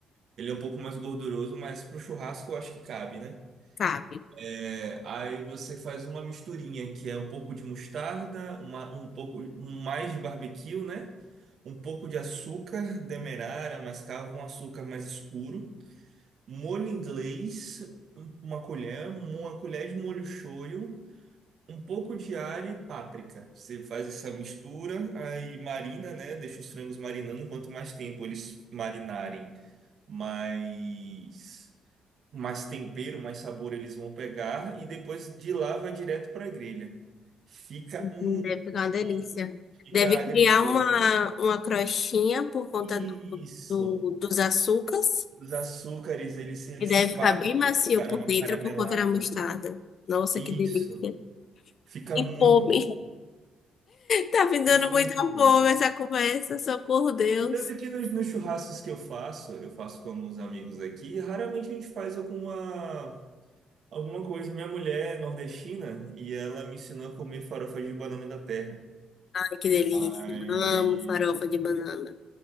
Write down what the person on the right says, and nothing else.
Ele é um pouco mais gorduroso, mas pro churrasco eu acho que cabe, né?
É, aí você faz uma misturinha que é um pouco de mostarda, uma, um pouco um mais de barbecue, né? Um pouco de açúcar demerara, mascavo, um açúcar mais escuro, molho inglês, um- uma colher, uma colher de molho shoyu, um pouco de alho e páprica. Você faz essa mistura, aí marina, né? Deixa os frangos marinando. Quanto mais tempo eles marinarem, mais mais tempero, mais sabor eles vão pegar e depois de lá vai direto para a grelha. Fica
muito
bom, fica
agridoce.
Isso.
Os açúcares, eles, eles
fazem
cara-
uma
caramelada.
Isso.
Fica
muito
bom.
Muito
bom.
Tanto que nos, nos churrascos que eu faço, eu faço com alguns amigos aqui, raramente a gente faz alguma, alguma coisa. Minha mulher é nordestina e ela me ensinou a comer farofa de banana da terra.
Ai.